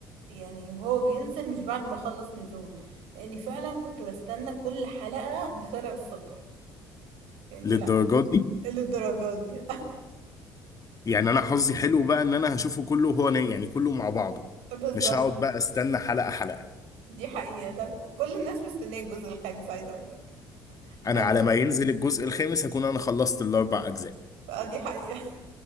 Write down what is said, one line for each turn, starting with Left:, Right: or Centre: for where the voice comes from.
Right: يعني وهو بينزل مش بعد ما خلص نزول لاني فعلا كنت بستنى كل حلقة بفارغ الصبر يعني
Left: <laughs> للدرجه
Right: لا
Left: دي
Right: إيه للدرجة دي
Left: يعني انا حظي حلو بقى ان انا هشوفه كله هو أنا- يعني كله مع بعضه
Right: <laughs> بالظبط
Left: مش هقعد بقى استنى حلقه حلقه
Right: دي حقيقة ده ك- كل الناس مستنية الجزء الخامس عايزة اقولك
Left: انا
Right: انا
Left: على ما ينزل الجزء الخامس هكون انا خلصت الاربع اجزاء
Right: آه، دي حقيقة